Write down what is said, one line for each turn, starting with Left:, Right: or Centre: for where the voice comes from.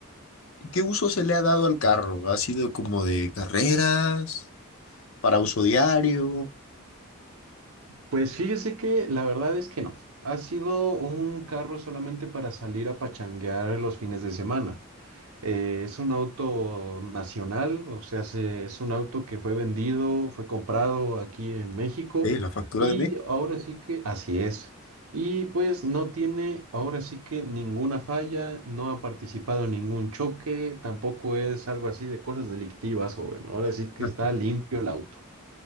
Left: ¿Qué uso se le ha dado al carro? ¿Ha sido como de carreras? para uso diario,
Right: Pues fíjese que la verdad es que no. Ha sido un carro solamente para salir a pachanguear los fines de semana. Eh, es un auto nacional, o sea, se- es un auto que fue vendido, fue comprado aquí en México
Left: eh, la factura
Right: y
Left: de mes.
Right: ahora sí que así es. Y pues no tiene ahora sí que ninguna falla, no ha participado en ningún choque, tampoco es algo así de cosas delictivas, joven. Ahora sí que
Left: <laughs>
Right: está limpio el auto.